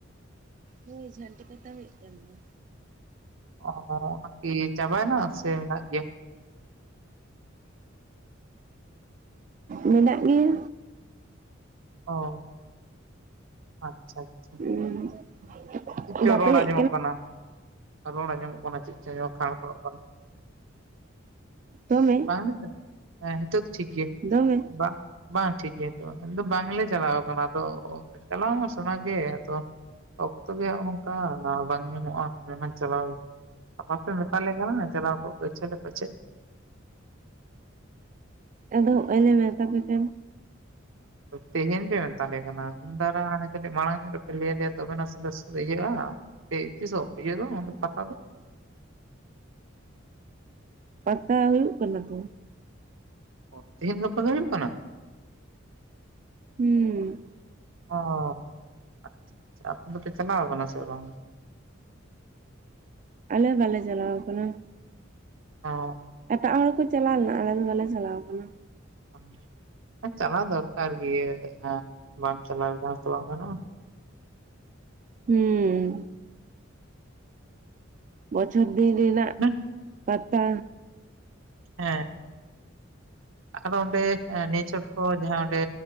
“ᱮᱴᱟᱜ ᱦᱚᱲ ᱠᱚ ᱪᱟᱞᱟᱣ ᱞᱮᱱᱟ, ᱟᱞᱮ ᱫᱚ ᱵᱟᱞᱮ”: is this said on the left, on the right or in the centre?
Right